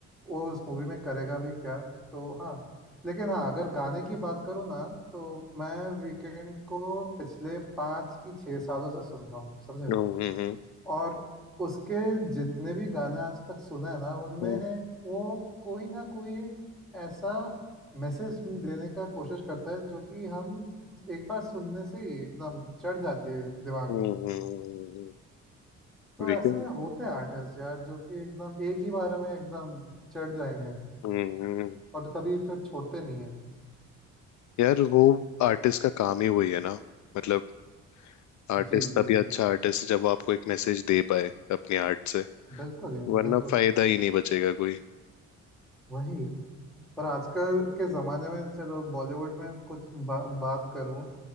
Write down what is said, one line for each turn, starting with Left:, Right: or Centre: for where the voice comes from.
Centre: वो उस मूवी में करेगा भी क्या तो हाँ लेकिन हाँ अगर गाने की बात करूँ ना तो मैं वीकेंड को पिछले पाँच की छः सालों से सुन रहा हूँ समझे
Left: हम्म हम्म
Centre: और उसके जितने भी गाने आज तक सुने हैं ना उनमें
Left: वीकेंड।
Centre: वो कोई ना कोई एक ऐसा मैसेज देने का कोशिश करता है जो कि हम एक बार सुनने से ही एकदम चढ़ जाती है दिमाग
Left: हम्म
Centre: में
Left: हम्म, हम्म, हम्म, हम्म, हम्म, हम्म, हम्म, हम्म, हम्म,
Centre: तो
Left: हम्म,
Centre: ऐसे होते हैं आर्टिस्ट यार जो कि एकदम एक ही बार में एकदम चढ़ जाएंगे
Left: हम्म, हम्म,
Centre: और कभी फिर छोड़ते नहीं है
Left: यार वो आर्टिस्ट का काम ही वही है ना मतलब आर्टिस्ट
Centre: जी जी
Left: तभी
Centre: जी
Left: अच्छा आर्टिस्ट जब वो आपको एक मैसेज दे पाए अपनी आर्ट से
Centre: बिल्कुल यार
Left: वरना
Centre: बिल्कुल
Left: फायदा ही नहीं बचेगा कोई
Centre: वही पर आजकल के ज़माने में चलो बॉलीवुड में कुछ बा, बात करूं